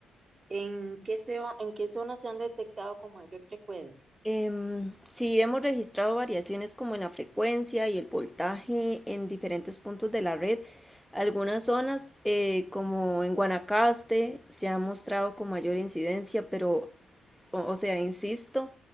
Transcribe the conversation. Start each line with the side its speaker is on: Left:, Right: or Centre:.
Right: ¿en qué zona, en qué zonas se han detectado con mayor frecuencia?
Centre: Em, sí hemos registrado variaciones como en la frecuencia y el voltaje en diferentes puntos de la red. Algunas zonas, eh, como en Guanacaste, se ha mostrado con mayor incidencia, pero o, o sea, insisto